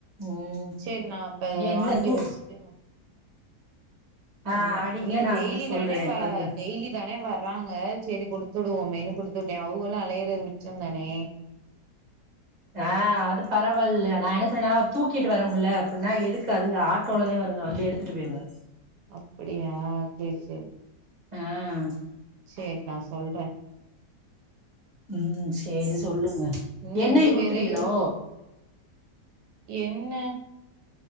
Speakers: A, on the right; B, on the right.
A: ம்
B: சேர் நா அப்ப
A: ஏ இல்ல
B: வாங்கி
A: தூ
B: வச்ட்டு
A: ஆ
B: சொல்றே
A: அடிங்க
B: இல்ல
A: நா
B: டெய்லி
A: கூட சொல்றே
B: தானே வ
A: வந்து
B: டெய்லி தானே வர்றாங்க சேரி குடுத்துடுவோமேன்னு குடுத்து வுட்டேன் அவுகளு அலையிறது மிச்சந்தானே
A: அ அது பரவால்ல நா என்ன சொன்னேன்னா தூக்கிட்டு வர முல்ல அப்புன்னா எதுக்கு அதுக ஆட் ட்டோலதே வருங்க வந்து எடுத்துட்டு போயிருங்க
B: அப்புடியா சேர் சேர்
A: அ
B: சேர் நா சொல்றே
A: ம் சேரி சொல்லுங்க
B: இன்னு
A: எண்ணெய
B: இது
A: குடுத்துட்டீகளோ
B: வேற இருக்கு என்ன